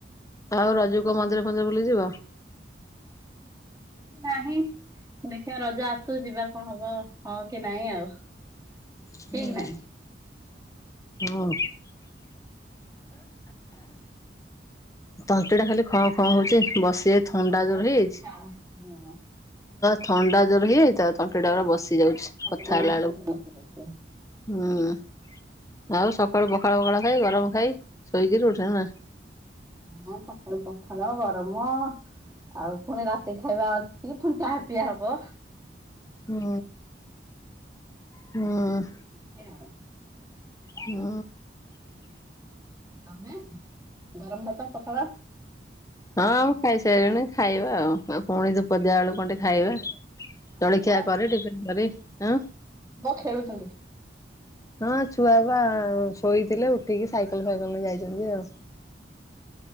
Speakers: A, on the left; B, on the right.
A: ଆଉ ରଜୁକୁ କୋଉ ମନ୍ଦିର ଫନ୍ଦିର ବୁଲି ଯିବ?
B: ନାହିଁ, ଦେଖିଆ ରଜ ଆସୁ ଯିବା କଣ ହବ ହଁ କି ନାଇଁ ଆଉ।
A: ହୁଁ
B: ଠିକ ନାହିଁ।
A: ହଉ। ତଣ୍ଟି ଟା ଖାଲି ଖଁ ଖଁ ହଉଛି ବସି ଥଣ୍ଡା
B: କଥା
A: ଜୋର
B: ହେଇ
A: ହେଇଯାଇଛି।
B: ହଉନି ଆଉ
A: ଥଣ୍ଡା ଜୋର ହେଇଯାଇଛି ତ ତଣ୍ଟିଟା ପୁରା ବସିଯାଉଛି କଥା
B: କଲା
A: ହେଲାବେଳକୁ।
B: ବେଳକୁ ଦଶ
A: ହୁଁ ଆଉ ସକାଳୁ ପଖାଳ ବଖାଳ ଖାଇ ଗରମ ଖାଇ ଶୋଇକିରି ଉଠିଲଣି ନା।
B: ହଁ ସକାଳୁ ପଖାଳ ଗରମ ଆଉ ଫୁଣି ରାତି ଖାଇବା ଅ ଛି, ଫୁଣି ଚାହା ପିଆ ହବ।
A: ହୁଁ ହୁଁ।
B: <unintelligible>
A: ହୁଁ।
B: ତମେ ଗରମ ଭାତ ପଖାଳ
A: ହଁ ମୁଁ ଖାଇସାରିଲିଣି ଖାଇବା ଆଉ ଆଉ ପୁଣି ଧୂପଦିଆ ବେଳୁ ଖଣ୍ଡେ ଖାଇବା
B: ପୁଅ
A: ଜଳଖିଆ କରି ଟିଫିନ୍ କରି ଉଁ
B: ପୁଅ ଖେଳୁଛନ୍ତି
A: ହଁ ଛୁଆ ବା ଶୋଇଥିଲେ ଉଠିକି ସାଇକଲ୍ ଫାଇକଲ୍ ନେଇ ଯାଇଚନ୍ତି ଆଉ।